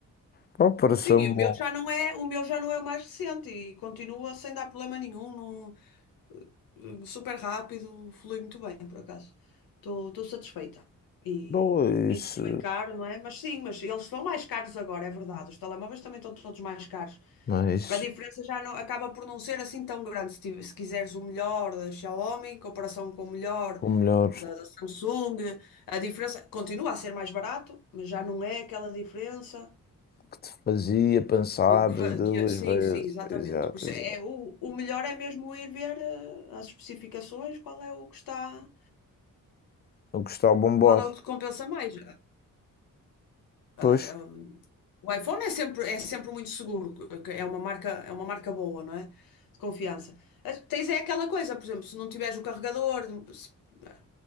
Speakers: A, on the left; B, on the left.
A: Pá, Pareceu-me
B: Sim, e o
A: bom.
B: meu já não é, o meu já não é o mais recente e continua sem dar problema nenhum, não- eh, super rápido, flui muito bem, por acaso. Estou satisfeita. E,
A: Não é
B: e
A: isso.
B: não foi caro, não é? Mas sim, mas eles estão mais caros agora, é verdade. Os telemóveis também estão todos mais caros.
A: não é isso.
B: A diferença já não, acaba por não ser assim tão grande. Se, tive- se quiseres o melhor da Xiaomi em comparação com o melhor
A: o melhor
B: da, da Samsung, a diferença continua a ser mais barato, mas já não é aquela diferença
A: que te fazia pensar
B: que, que
A: duas
B: fa- que- sim,
A: vezes.
B: sim, exatamente.
A: Exato,
B: Por isso
A: exato.
B: é, o, o melhor é mesmo ir ver eh, as especificações, qual é o que está,
A: Não gostava
B: o-
A: de bombar.
B: qual é o que te compensa mais. ah,
A: Pois,
B: ah, o iPhone é sempre, é sempre muito seguro, que é uma marca, é uma marca boa, não é? De confiança. Ah, Tens é aquela coisa, por exemplo, se não tiveres o carregador, se- ah,